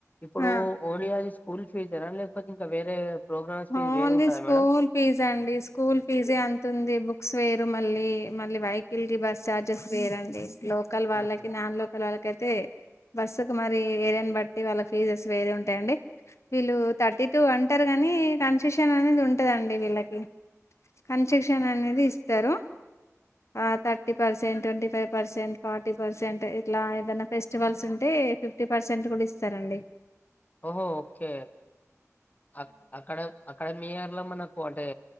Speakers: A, on the left; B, on the left.
A: ఇప్పుడు
B: ఆ
A: ఓరియాది స్కూల్ ఫీజ్ ఏనా లేకపోతే ఇంకా వేరే ప్రోగ్రామ్స్ ఫీజ్
B: ఓన్లీ
A: వేరు ఉంటదా
B: స్కూల్
A: మేడం
B: ఫీజ్ అండి స్కూల్ ఫీజే అంత ఉంది బు బుక్స్ వేరు మళ్ళీ మళ్ళీ వెహికల్ రీ బస్ చార్జెస్ వేరండి లోకల్ వాళ్ళకి
A: ఆహా
B: నాన్ లో పిల్లలకు అయితే బస్సుకు మరి ఏరియాని బట్టి వాళ్ళ ఫీజెస్ వేరే ఉంటాయండి వీళ్ళు థర్టీ టూ అంటారు గానీ కన్సషన్ అనేది ఉంటదండి వీళ్ళకి కన్సక్షన్ అనేది ఇస్తారు ఆ thirty percent twenty five percent forty percent ఇట్లా ఏదైనా ఫెస్టివల్స్ ఉంటే ఫిఫ్టీ పర్సెంట్ కూడా ఇస్తారండి
A: ఓహో ఓకే అ అక్కడ అక్కడ నీయర్ లో మనకు అంటే